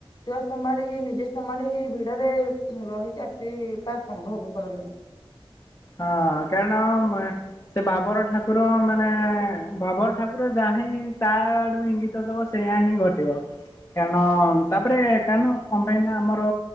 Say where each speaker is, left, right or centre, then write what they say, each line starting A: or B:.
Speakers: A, on the left; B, on the left.
A: ଛୁଆ ସମ୍ଭାଳିକି ନିଜେ ସମ୍ଭାଳିକି ଭିଡରେ ରହିକି ଆସିବା ସମ୍ଭବପର ନୁହଁ।
B: ହଁ କେନ ସେ ବା ବଡ ଠାକୁର ମାନେ ଭାବର ଠାକୁର ଯା ହିଁ ତା ଆଡୁ ଇଙ୍ଗିତ ଦବ ସେଇୟା ହିଁ ଘଟିବ। କାରଣ ତାପରେ କାରଣ କଣ ପାଇଁ ନା ଆମର